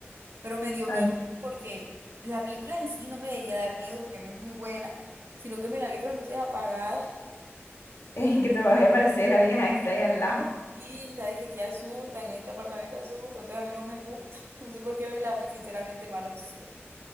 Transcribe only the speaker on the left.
Ay,
eh, <laughs> que te vaya a aparecer la vieja esta ahí al lado.